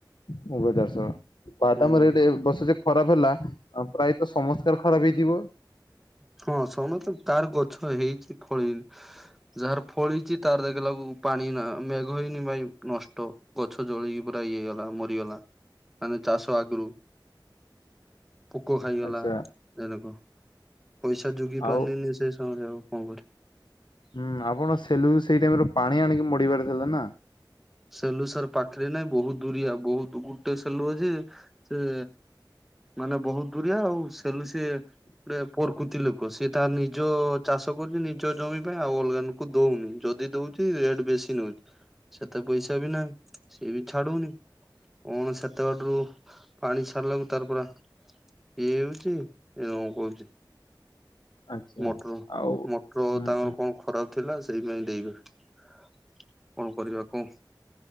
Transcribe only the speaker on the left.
ମୁଗ ଚାଷ ବାଦାମ
ରେଟ ଏ ବର୍ଷ ଯେ ଖରାପ ହେଲା ପ୍ରାୟତଃ ସମସ୍ତେ ଖରାପ ହେଇଥିବ।
ଆଚ୍ଛା।
ଆଉ
ହୁଁ ଆପଣ ସେଲୁଗୁ ସେଇ ଟାଇମରେ ପାଣି ଆଣିକି ମଡେଇବାର ଥିଲା ନା।
ଆଚ୍ଛା
ଆଉ
ହୁଁ